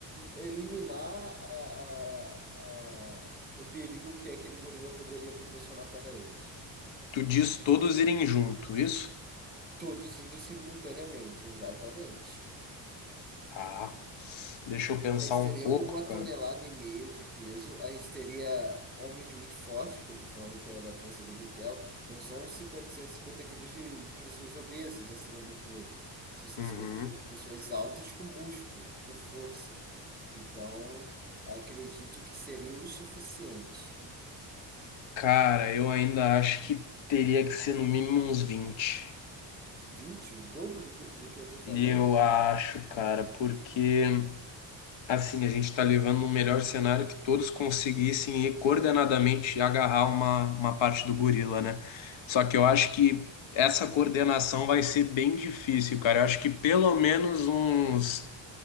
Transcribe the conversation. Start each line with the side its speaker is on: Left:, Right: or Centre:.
Right: eliminar a, a, a, o perigo que aquele gorila poderia proporcionar para eles.
Left: Tu diz todos irem junto, isso?
Right: Todos indo simultaneamente, exatamente.
Left: Ah, deixa eu pensar
Right: A gente
Left: um
Right: teria
Left: pouco,
Right: uma
Left: cara.
Right: tonelada e meio de peso. A gente teria homens muito fortes, porque tô falando que é da força do bitelo. Não são cinquenta cento e cinquenta quilos de, de pessoas obesas acima do peso. São cento
Left: Uhum.
Right: e cinquenta quilos de pessoas altas com músculo, com força. Então, acredito que seria o suficiente.
Left: Cara, eu ainda acho que teria que ser no mínimo uns 20.
Right: vinte o dobro do, que- do que eu tô falando?
Left: Eu acho, cara, porque Assim, a gente está levando um melhor cenário que todos conseguissem ir coordenadamente agarrar uma, uma parte do gorila, né? Só que eu acho que essa coordenação vai ser bem difícil, cara. Eu acho que pelo menos uns,